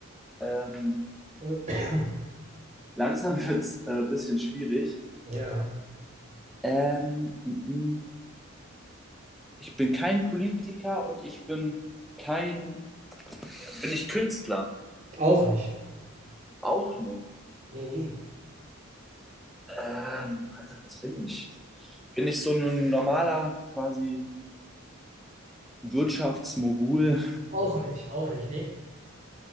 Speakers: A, in the centre; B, on the right.
A: Ähm,
B: <clears throat>
A: langsam <laughs> wird es ein äh, bisschen schwierig.
B: Ja.
A: Ähm, mm, mm. Ich bin kein Politiker und ich bin kein. Bin ich Künstler?
B: Auch nicht.
A: Auch nicht.
B: Nee.
A: Ähm, Alter, was bin ich? Bin ich so ein normaler quasi Wirtschaftsmogul?
B: Auch nicht. Auch nicht. Nee.